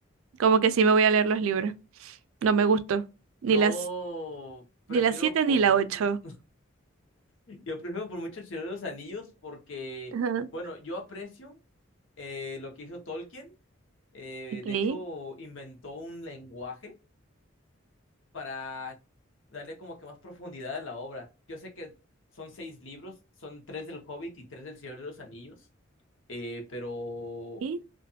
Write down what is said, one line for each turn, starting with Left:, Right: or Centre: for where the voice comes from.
Right: como que sí me voy a leer los libros. No me gustó, ni
Left: yo
Right: las,
Left: prefiero
Right: ni las siete
Left: por
Right: ni la
Left: mucho.
Right: ocho.
Left: Yo prefiero por mucho el Señor de los Anillos porque,
Right: Ajá.
Left: bueno, yo aprecio eh, lo que hizo Tolkien. Eh,
Right: Okay,
Left: de hecho, inventó un lenguaje para darle como que más profundidad a la obra. Yo sé que son seis libros, son tres del Hobbit y tres del Señor de los Anillos, eh, pero
Right: okay,